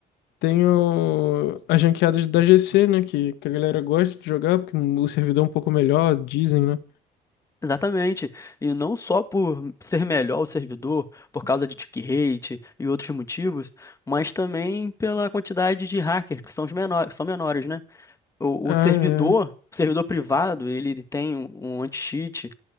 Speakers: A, on the left; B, on the left.
A: Tem o- as ranqueadas da GC, né? Que, que a galera gosta de jogar, porque o servidor é um pouco melhor, dizem, né?
B: Exatamente. E não só por ser melhor o servidor, por causa de tick rate e outros motivos, mas também pela quantidade de hackers, que são os menores, são menores, né? O,
A: Ah,
B: o servidor,
A: é.
B: o servidor privado, ele tem um, um anti-cheat